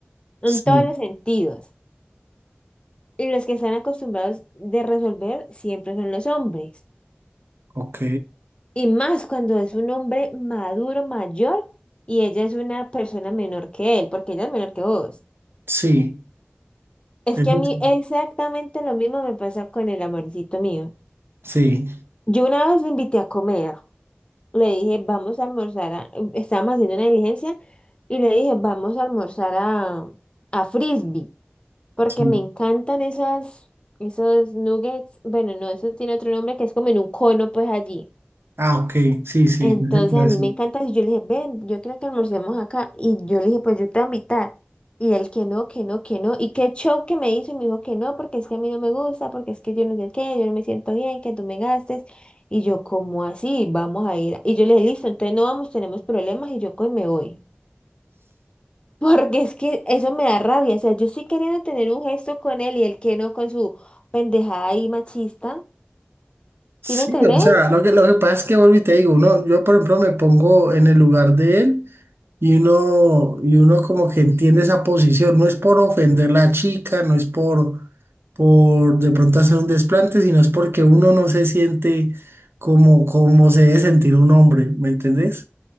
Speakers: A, on the left; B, on the right.
A: en
B: Sí,
A: todos los sentidos. Y los que están acostumbrados de resolver siempre son los hombres.
B: ok,
A: Y más cuando es un hombre maduro, mayor, y ella es una persona menor que él, porque ella es menor que vos.
B: sí,
A: Es
B: eso
A: que a mí exactamente lo mismo me pasa con el amorcito mío.
B: sí,
A: Yo una vez lo invité a comer. Le dije, vamos a almorzar a... Estábamos haciendo una diligencia y le dije, vamos a almorzar a, a Frisbee, porque
B: sí.
A: me encantan esas, esos nuggets. Bueno, no, eso tiene otro nombre que es como en un cono, pues allí.
B: Ah, ok, sí, sí,
A: Entonces
B: no sé cuáles
A: a mí
B: son.
A: me encanta y yo le dije, ven, yo creo que almorcemos acá. Y yo le dije, pues yo te voy a invitar. Y él que no, que no, que no. Y qué show que me hizo y me dijo que no, porque es que a mí no me gusta, porque es que yo no sé qué, yo no me siento bien, que tú me gastes. Y yo, ¿cómo así? Vamos a ir. Y yo le dije, listo, entonces no vamos, tenemos problemas y yo cojo y me voy. <laughs> Porque es que eso me da rabia. O sea, yo estoy queriendo tener un gesto con él y él que no con su pendejada y machista.
B: Sí,
A: ¿Sí me entendés?
B: o sea, lo que, lo que pasa es que vuelvo y te digo, uno, yo por ejemplo me pongo en el lugar de él y uno, y uno como que entiende esa posición, no es por ofender la chica, no es por, por de pronto hacer un desplante, sino es porque uno no se siente como, como se debe sentir un hombre, ¿me entendés?